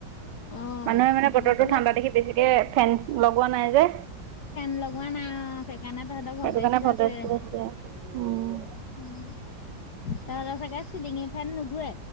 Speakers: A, on the left; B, on the right.
A: অ
B: মানুহে মানে
A: আমাৰ
B: বতৰটো
A: ফালে
B: ঠাণ্ডা দেখি বেছিকে ফেন লগোৱা নাই যে।
A: ফেন লগোৱা নাই সেইকাৰণে তহঁতৰ
B: সেইটো
A: ভলটেজটো
B: কাৰণে ভল্টেজটো
A: আছে।
B: উম
A: উ তহলে চাগে চিলিঙি ফেন নুঘে।